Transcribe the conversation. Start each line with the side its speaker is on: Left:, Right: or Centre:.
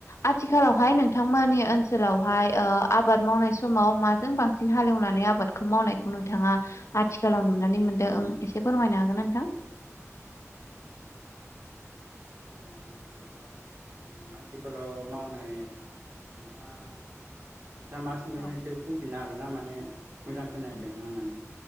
Left: आथिखालावहाय
Right: औ
Left: नोंथांमोननि ओनसोलावहाय ओ आबाद आबाद मावनाय समाव माजों बांसिन हाल एवनानै आबादखौ मावनायखौ नोंथाङा आथिखालाव नुनानै मोनदों। दों एसे फोरमायनो हागोनना नोंथां?
Right: औ अ जेनेबा जों आथिखालाव मावनाय नोंथाङा नोंथाङा मा सोंदोंमोन
Left: औ
Right: एसे बुंफिननो हागोन ना माने। मोजां खोनायाखैमोन
Left: औ
Right: आं माने